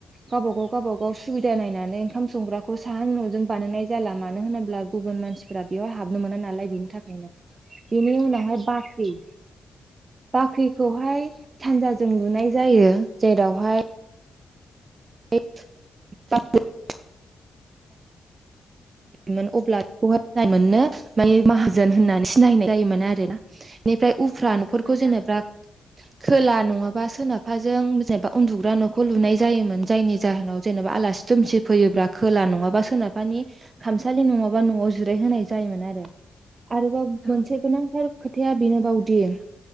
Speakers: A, on the right; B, in the centre.
A: गावबा गाव गावबा गाव सुबिदा नायनानै ओंखाम संग्राखौ साहा न'जों बानायनाय जाला! मानो होनोब्ला गुबुन मानसि फोरा बेयाव हाबनो मोना नालाय बेनि थाखायनो बेनि उनावहाय
B: औ
A: बाख्रि बाख्रिखौहाय सानजाजों लुनाय जायो! जेरावहाय <inaudible> मोन अब्ला बेखौहाय मोननो- मानि माहाजोन होननानै सिनायनाय जायोमोन! आरो ना बेनिफ्राय उफ्रा
B: नंगौ
A: न'खरखौ
B: नोंथां
A: जेनेबा खोला नङाबा सोनाबहाजों जेनेबा उन्दुग्रा न'खौ लुनाय जायोमोन जायनि जाहोनाव जेनेबा आलासि- दुमसि फैयोब्ला खोला नङाबा सोनाबहानि- खामसालि नङाबा न'आव जिरायहोनाय जायोमोन आरो! आरोबाव
B: औ
A: मोनसे गोनांथार खोथाया बेनोबावदि-